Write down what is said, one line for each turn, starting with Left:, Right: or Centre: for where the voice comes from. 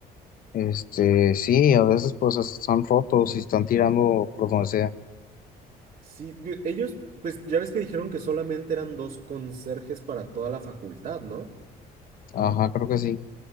Left: Este, sí, a veces pues es- están rotos y están tirando por donde sea.
Right: Sí, yo- ellos, pues ya ves que dijeron que solamente eran dos conserjes para toda la facultad, ¿no?
Left: Ajá, creo que sí.